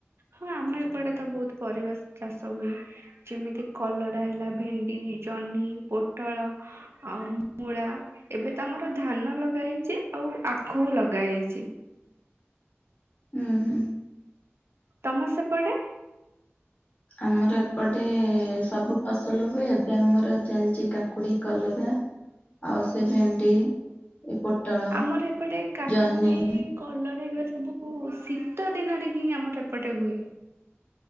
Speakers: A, on the right; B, on the left.
A: ହଁ ଆମ ଏପଟେ ତ ବହୁତ ପରିବା ସ ଚାଷ ହୁଏ। ଯେମିତି କଲରା ହେଲା, ଭେଣ୍ଡି, ଜହ୍ନି, ପୋଟଳ ଆଉ ମୁଳା, ଏବେ ତ ଆମର ଧାନ ଲଗା ହେଇଚି, ଆଉ ଆଖୁ ଲଗା ହେଇଚି।
B: ଉଁ ହୁଁ।
A: ତମ ସେପଟେ
B: ଆମର ଏପଟେ ସବୁ ଫସଲ ହୁଏ, ଏବେ ଆମର ଚାଲିଚି କାକୁଡ଼ି, କଲରା ଆଉ ସେ ଭେଣ୍ଡି, ଏ ପୋଟଳ,
A: ଆମର ଏପଟେ କାକୁଡି
B: ଜହ୍ନି
A: କଲରା ଏଗୁଡା ସବୁ ଶୀତ ଦିନରେ ହିଁ ଆମର ଏପଟେ ହୁଏ।